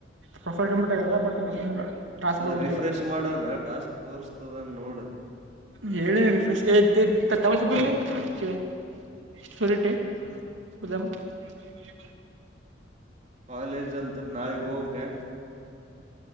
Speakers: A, on the right (about 85°); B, on the right (about 40°).
A: ಪ್ರಫರ್ ಕಂಪ್ಯೂಟ ಆಗದ ಬಟ್ ಬಂದಿಲ್ಲ <unintelligible>
B: ಅದ
A: ಬಂದಿಲ್ಲ
B: ರಿಫ್ರೆಶ್ ಮಾಡಣ ಟಾಸ್ಕ್ ತೋರ್ತದನ್ ನೋಡ
A: ಹೇಳಿ ವಿಶೇಶ್ ತಮಸ ಬಲಿ ಶಿವ <unintelligible> ಸರಿಟ್ಟ ಬಾಮ <unintelligible>
B: ಕಾಲೇಜ್ ಅಂತ ನಾಳೆ ಹೋಗಬೇಕು